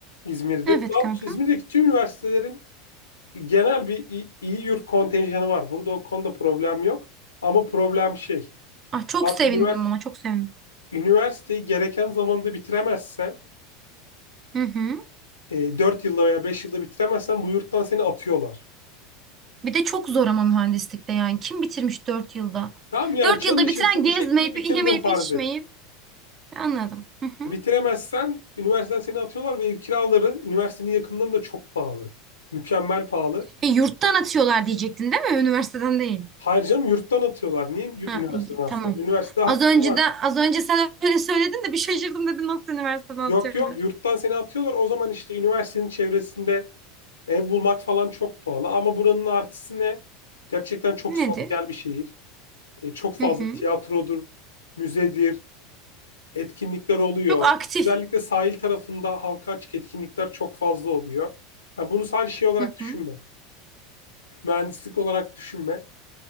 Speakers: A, on the left; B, on the right.
A: İzmir'de.
B: Evet
A: Daha doğrusu
B: kanka.
A: İzmir'deki tüm üniversitelerin genel bir iyi, iyi yurt kontenjanı var. Burada o konuda problem yok. Ama problem şey.
B: Ah çok
A: Abi
B: sevindim
A: ünivers-
B: ona çok sevindim.
A: üniversiteyi gereken zamanda bitiremezsen,
B: Hı hı.
A: e, 4 yılda veya 5 yılda bitiremezsen bu yurttan seni atıyorlar.
B: Bir de çok zor ama mühendislikte yani. Kim bitirmiş 4 yılda?
A: Tamam yani
B: dört
A: çalışırsın
B: yılda bitiren gezmeyip,
A: bir şekilde bitirdin
B: yemeyip,
A: farz
B: içmeyip.
A: et.
B: Anladım. Hı hı.
A: Bitiremezsen üniversiteden seni atıyorlar ve ev kiraları üniversitenin yakınlarında çok pahalı. Mükemmel pahalı.
B: E, yurttan atıyorlar diyecektin değil mi? Üniversiteden değil.
A: Hayır canım yurttan atıyorlar. Niye yü-
B: Ha,
A: üniversiteden
B: iyi,
A: aslında?
B: tamam.
A: Üniversitede hakkın
B: Az önce
A: var.
B: de az önce sen öyle söyledin de bir şaşırdım dedim nasıl üniversiteden atıyorlar?
A: Yok yok yurttan seni atıyorlar. O zaman işte üniversitenin çevresinde ev bulmak falan çok pahalı. Ama buranın artısı ne? Gerçekten çok
B: Nedir?
A: sosyal bir şehir. E, çok fazla
B: Hı hı.
A: tiyatrodur, müzedir, etkinlikler oluyor.
B: Çok aktif.
A: Özellikle sahil tarafında halka açık etkinlikler çok fazla oluyor. Ha, bunu sadece şey olarak
B: Hı
A: düşünme.
B: hı.
A: Mühendislik olarak düşünme.